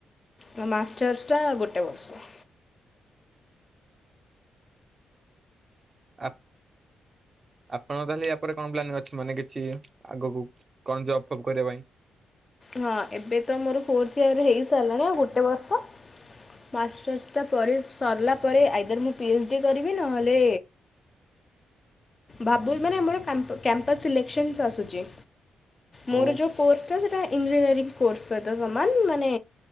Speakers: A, on the left; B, on the right.
A: ତ ମାଷ୍ଟର୍ସ ଟା ଗୋଟେ ବର୍ଷ।
B: ଆ ଆପଣଙ୍କ ତାହେଲେ ୟା ପରେ କଣ ପ୍ଲାନ ଅଛି ମାନେ କିଛି ଆଗକୁ କଣ ଯବ୍ ଫବ୍ କରିବା ପାଇଁ?
A: ହଁ ଏବେ ତ ମୋର ଫୋର୍ଥ ଇୟର ହେଇ ସାରିଲାଣି ଆଉ ଗୋଟେ ବର୍ଷ। ମାଷ୍ଟର୍ସଟା ପରେ ସରିଲା ପରେ ଆଇଦର ମୁଁ ପି ଏଚ୍ ଡି କରିବି ନହେଲେ
B: <inaudible>
A: ଭାବୁଚି ମାନେ ଆମର କ୍ୟାମ୍ପ କ୍ୟାମ୍ପସ ସିଲେକ୍ ସନ୍ସ‌ ଆସୁଚି।
B: ଓ
A: ମୋର ଯୋଉ କୋର୍ସଟା ସେଇଟା ଇଞ୍ଜିନିୟରିଂ କୋର୍ସ ସହିତ ସମାନ ମାନେ